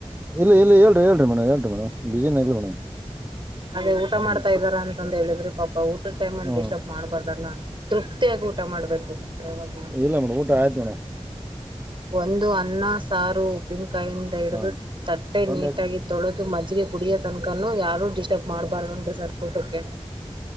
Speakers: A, on the right; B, on the right.
A: ಇಲ್ಲ ಇಲ್ಲ ಹೇಳರಿ ಹೇಳಿ ಮೇಡ್ ಹೇಳರಿ ಮೇಡಮ್ ಬಿಜಯಾನ ಇಲ್ಲ ಮೇಡಮ್ <inaudible>
B: ಅದೇ ಊಟ
A: ಹ್ಞೂ
B: ಮಾಡ್ತಾ ಇದಾರ ಅಂತಂದ ಹೇಳಿದ್ರಿ ಪಾಪ ಊಟದ ಟೈಮ್ ಅಲ್ಲಿ
A: ಹ್ಞೂ
B: ಡಿಸ್ಟರ್ಬ್ ಮಾಡ್ಬಾರ್ದಲ್ಲ ತೃಪ್ತಿಯಾಗಿ ಊಟ ಮಾಡ್ಬೇಕು ಸರ್ ಯಾವಾಗ್ಲೂ
A: ಇಲ್ಲ ಮೋಡ ಊಟ ಆಯ್ತ ಮೋಣ
B: ಒಂದು ಅನ್ನ ಸಾರು ಪಿನ್ ಕೈಯಿಂದ ಹಿಡಿದು
A: ಹಾಂ
B: ತಟ್ಟೆ
A: ಒಂದೇ
B: ನೀಟಾಗಿ ತೊಳೆದು ಮಜ್ಜಿಗೆ ಕುಡಿಯ ತನಕನುೂ ಯಾರು ಡಿಸ್ಟರ್ಬ್ ಮಾಡಬಾರ್ದುಂತೆ ಸರ್ ಊಟಕ್ಕೆ